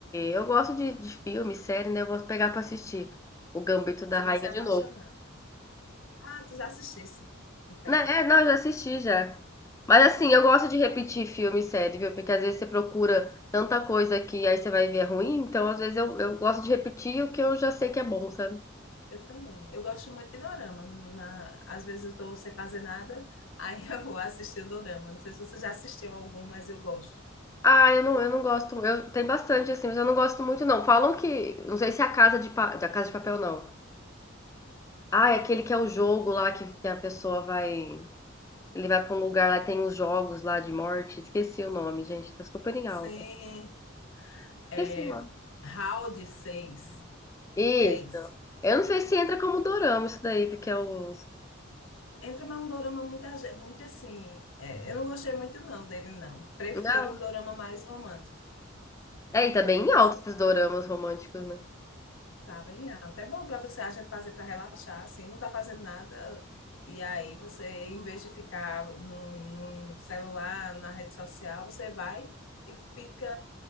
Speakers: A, on the left; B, on the left.
A: eu gosto de, de filme, série, né? Eu vou pegar pra assistir o Gambito da
B: você
A: Rainha
B: vai se apaixonar.
A: de novo.
B: Ah, tu já assistisse. Então,
A: Né, é, não, eu já assisti já. Mas assim, eu gosto de repetir filme e série, viu? Porque às vezes você procura tanta coisa que aí você vai ver é ruim, então às vezes eu, eu gosto de repetir o que eu já sei que é bom, sabe?
B: eu também. Eu gosto muito de dorama. Não- Na, às vezes eu estou sem fazer nada, aí <laughs> eu vou assistir o dorama. Não sei se você já assistiu algum, mas eu gosto.
A: Ah, eu não, eu não gosto. Eu tem bastante assim, mas eu não gosto muito não. Falam que, não sei se é a Casa de Pa- da Casa de Papel não. Ah, é aquele que é o jogo lá que, que a pessoa vai, ele vai pra um lugar lá tem os jogos lá de morte. Esqueci o nome, gente, tá super em alta.
B: Sim. É,
A: Esqueci o nome.
B: Round 6,
A: Isso.
B: é esse.
A: Eu não sei se entra como dorama isso daí, porque é o
B: Entra mais um dorama muito, age- muito assim. é, eu não gostei muito não dele, não. Prefiro
A: Não.
B: um dorama mais romântico.
A: É, e tá bem alto
B: Assim,
A: esses doramas românticos, né?
B: tá bem alto. É bom para você, a gente fazer para relaxar, assim, não tá fazendo nada. E aí você, em vez de ficar no, no celular, na rede social, você vai e fica